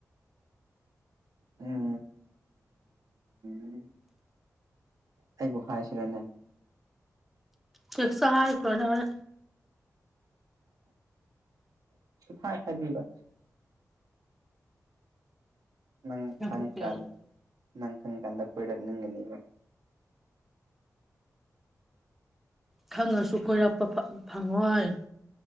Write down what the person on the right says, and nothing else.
ꯎꯝ ꯎ ꯑꯩꯕꯨ ꯍꯥꯏꯥꯁꯤꯔꯦꯅꯦ
ꯐꯥꯏ ꯍꯥꯏꯕꯤꯔꯣ ꯅꯪ
ꯈꯪꯉ ꯀꯥꯟ ꯅꯪ ꯈꯪ ꯀꯥꯟꯗ ꯀꯣꯏꯔꯛꯅꯤꯡꯒꯅꯦꯕ